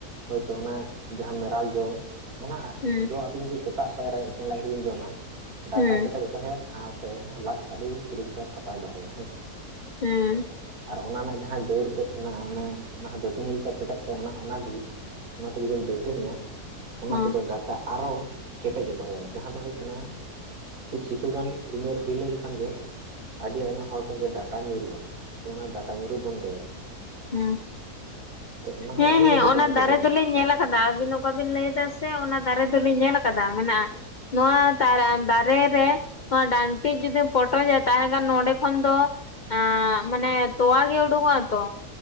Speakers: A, on the right (about 75°); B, on the left (about 55°).
A: ᱦᱳᱭᱛᱚ ᱚᱱᱟ ᱡᱟᱦᱟᱸ ᱢᱮᱨᱟᱞ ᱡᱚ ᱚᱱᱟ
B: ᱦᱩᱸ
A: ᱫᱚ ᱟᱹᱵᱤᱱ ᱜᱮ ᱛᱟᱜ ᱯᱟᱭᱟᱨ ᱮᱠᱷᱮᱱ ᱞᱟᱡ ᱨᱮᱵᱤᱱ ᱡᱚᱢᱟ ᱰᱟᱴᱟ
B: ᱦᱩᱸ
A: ᱠᱮᱴᱮᱡᱚᱜ ᱫᱚᱦᱚᱭᱟ ᱥᱟᱶ ᱛᱮ ᱞᱟᱡ ᱥᱟᱰᱮ ᱯᱚᱨᱤᱥᱠᱟᱨ ᱥᱟᱯᱷᱟᱭ ᱫᱚᱦᱚᱭᱟ ᱦᱮᱸᱥᱮ᱾
B: ᱦᱮᱸ
A: ᱟᱨ ᱚᱱᱟ ᱨᱮᱱᱟᱜ ᱡᱟᱦᱟᱸ ᱰᱟᱹᱨ ᱛᱮᱫ <unintelligible> ᱚᱱᱟ ᱚᱱᱟ ᱦᱚᱸ ᱫᱟᱹᱛᱟᱹᱱᱤ ᱞᱮᱠᱟ ᱯᱮᱴᱮᱡ, ᱚᱱᱟ ᱚᱱᱟ ᱫᱩᱧ ᱚᱱᱟᱛᱮ ᱡᱩᱫᱤᱢ ᱫᱟᱹᱛᱟᱹᱱᱮᱜᱼᱟ ᱚᱱᱟ
B: ᱦᱚᱸ
A: ᱛᱮᱫᱚ ᱰᱟ ᱴᱟᱜ ᱟᱨᱚ ᱠᱮᱴᱮᱡ ᱮ ᱫᱚᱦᱚᱭᱟ ᱡᱟᱦᱟᱸ ᱫᱚ ᱦᱩᱭᱩᱜ ᱠᱟᱱᱟ, ᱠᱤᱪᱷᱩᱜᱟᱱ ᱩᱢᱮᱨ ᱦᱩᱭ ᱞᱮᱱ ᱠᱷᱟᱱ ᱜᱮ ᱟᱹᱰᱤ ᱟᱭᱢᱟ ᱦᱚᱲ ᱠᱚ ᱜᱮ ᱰᱟ ᱴᱟ ᱧᱩᱨᱩᱜᱼᱟ ᱛᱚ ᱚᱱᱟ ᱰᱟᱴᱟ ᱧᱩᱨᱩᱜ ᱵᱚᱱᱫᱚᱭᱟ ᱾
B: <unintelligible>
A: ᱚᱱᱟ ᱦᱚᱸᱜᱼᱚ
B: ᱦᱮᱸ
A: ᱱᱟ
B: ᱦᱮᱸ
A: ᱠᱚᱜᱮ
B: ᱚᱱᱟ
A: ᱵᱟᱝᱠᱚ
B: ᱫᱟᱨᱮ
A: ᱵᱟᱲᱟᱭᱟ
B: ᱫᱚᱞᱮ ᱧᱮᱞᱟ ᱠᱟᱫᱟ ᱟᱹᱵᱤᱱ ᱚᱠᱟ ᱵᱤᱱ ᱞᱟᱹᱭ ᱮᱫᱟ ᱥᱮ ᱚᱱᱟ ᱫᱟᱨᱮ ᱫᱚᱞᱤᱧ ᱧᱮᱞ ᱟᱠᱟᱫᱟ ᱢᱮᱱᱟᱜᱼᱟ᱾ ᱱᱚᱣᱟ ᱛᱟᱨᱟ ᱫᱟᱨᱮ ᱨᱮ, ᱱᱚᱣᱟ ᱰᱟᱱᱴᱤᱡ ᱡᱩᱫᱤᱢ ᱯᱚᱴᱚᱡᱟ ᱛᱟᱦᱚᱞᱮ ᱠᱷᱟᱱ ᱱᱚᱰᱮ ᱠᱷᱚᱱ ᱫᱚ ᱟᱸ ᱢᱟᱱᱮ ᱛᱚᱣᱟ ᱜᱮ ᱩᱰᱩ ᱠᱚᱜᱼᱟ ᱛᱚ